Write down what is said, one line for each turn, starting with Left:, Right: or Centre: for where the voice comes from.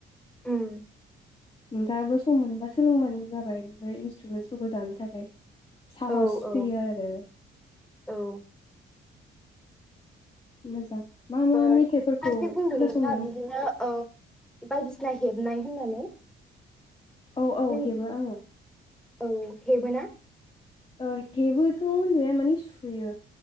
Centre: उम।
Left: नोंथाङाबो सम मोनबा सोलोंबानो जाबाय ओमफ्राय इन्सट्रुमेन्टसफोरखौ दानो थाखाय। साहस
Centre: औ औ
Left: फैयो आरो।
Centre: औ
Left: मोजां मा मा
Centre: ओ नोंथाङा
Left: मेथाइफोरखौ
Centre: जे बुंदोंमोन
Left: खोनासंनो
Centre: ना बिदिनो ओ बायदिसिना हेबनाय होननानै
Left: औ औ
Centre: नों
Left: हेबो आङो
Centre: औ हेबो ना
Left: ओ हेबोथ' होनजाया माने सुयो